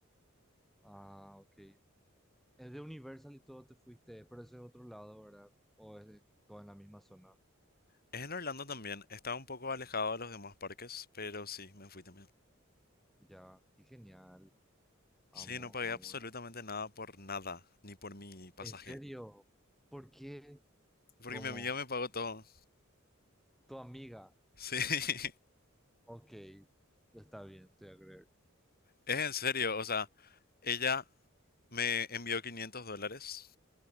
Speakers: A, in the centre; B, on the left (about 50°).
A: Ah, ok. Es de Universal y todo te fuiste, pero eso es otro lado, ¿verdad? O es de- todo en la misma zona.
B: Es en Orlando también. Estaba un poco alejado de los demás parques, pero sí, me fui también.
A: Ya, qué genial. Amo,
B: Sí, no pagué
A: amo.
B: absolutamente
A: En serio,
B: nada por nada, ni por mi pasaje.
A: ¿En serio? ¿por qué?
B: Porque
A: Como
B: mi amiga me pagó todo.
A: tu amiga.
B: Sí, <laughs>
A: Ok, está bien, te voy a creer.
B: es en serio. O sea, ella me envió 500 dólares.